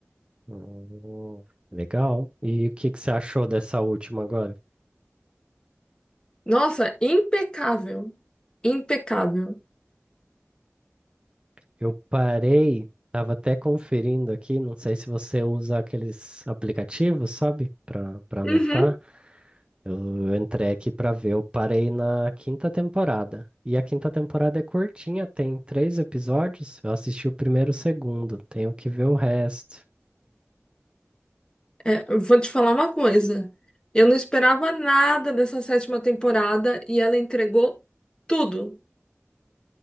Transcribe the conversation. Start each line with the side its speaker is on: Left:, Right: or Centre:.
Right: Hum, legal. E o que que você achou dessa última agora?
Left: Nossa, impecável. Impecável.
Right: Eu parei, tava até conferindo aqui, não sei se você usa aqueles aplicativos, sabe? Para para anotar.
Left: Uhum.
Right: Eu, eu entrei aqui para ver, eu parei na quinta temporada. E a quinta temporada é curtinha, tem três episódios. Eu assisti o primeiro e o segundo, tenho que ver o resto.
Left: É, eu vou te falar uma coisa. Eu não esperava nada dessa sétima temporada e ela entregou tudo.